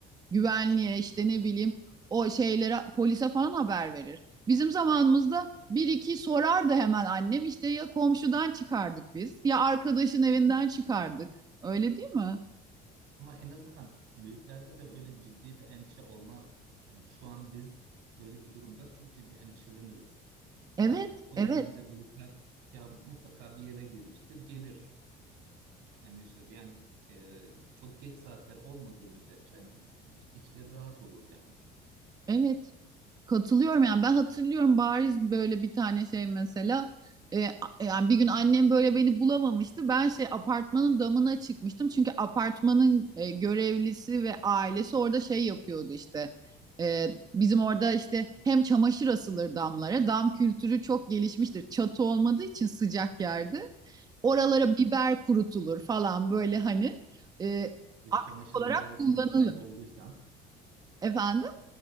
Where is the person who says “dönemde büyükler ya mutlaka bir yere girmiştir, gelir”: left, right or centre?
Right